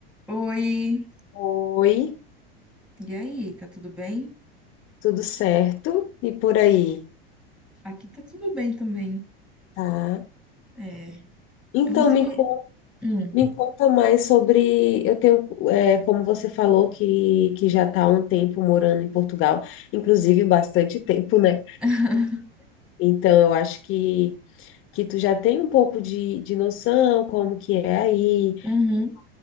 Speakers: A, in the centre; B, on the left (about 45°).
A: Oi,
B: Oi,
A: e aí, tá tudo bem?
B: tudo certo? E por aí,
A: Aqui tá tudo bem também.
B: tá?
A: É,
B: Então,
A: você
B: me,
A: me.
B: con-
A: Hum,
B: me conta mais sobre. Eu tenho, é, como você falou, que, que já está há um tempo morando em Portugal, inclusive bastante tempo, né?
A: <laughs>
B: Então, eu acho que, que tu já tem um pouco de, de noção como que é aí,
A: uhum.